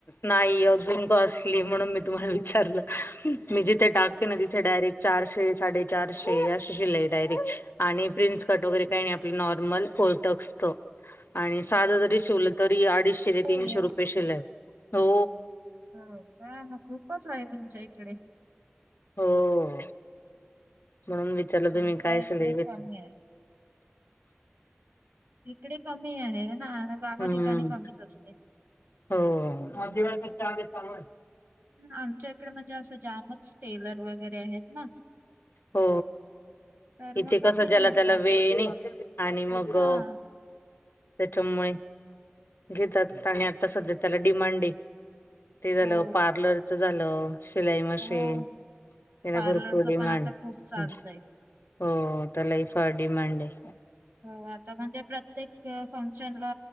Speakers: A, on the left; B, on the right.
A: नाही, अजून कॉस्टली म्हणून मी तुम्हाला विचारलं. मी जिथे टाकते ना, तिथे डायरेक्ट चारशे-साडेचारशे रुपये अशी शिलाई डायरेक्ट. आणि प्रिंस कट वगैरे काही-नाही आपलं नॉर्मल फोर्टक्सतो. आणि साधं जरी शिवलं तरी अडीचशे ते
B: हो
A: तीनशे
B: एवढं
A: रुपये शिलाई हो.
B: हो का? मग खूपच आहे तुमच्या इकडे.
A: हम्म. म्हणून विचारलं, तुम्ही
B: आमच्या
A: कायं
B: इकडे
A: शिलाई घेता?
B: कमी आहे इकडे कमी आहे ना, गाव
A: हं.
B: ठिकाणी कमीच असते.
A: हो, आदिवासा आल आहे.
B: आमच्या इकडे म्हणजे असं जामच टेलर वगैरे आहेत ना.
A: हो,
B: तर
A: इथे
B: मग कमीच
A: कसं, ज्याला-त्याला
B: घेतात.
A: वेळ नाही आणि मग
B: हां.
A: अ त्याच्यामुळे. घेतात आणि आता सध्या त्याला डिमांड आहे. ते झालं
B: हो,
A: पार्लरच झालं, शिलाई मशीन
B: हो.
A: त्याला
B: पार्लरचं
A: भरपूर डिमांड.
B: पण आता खूप चालतंय.
A: हो, त्यालाही फार डिमांड आहे.
B: हो, आता म्हणजे प्रत्येक फंक्शनला